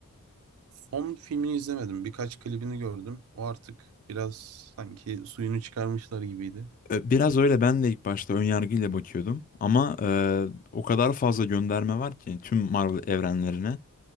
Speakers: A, on the right (about 70°); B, on the left (about 35°).
A: Onun filmini izlemedim. Birkaç klibini gördüm. O artık biraz sanki suyunu çıkarmışlar gibiydi.
B: E, Biraz öyle ben de ilk başta ön yargıyla bakıyordum ama e, o kadar fazla gönderme var ki tüm Marvel evrenlerine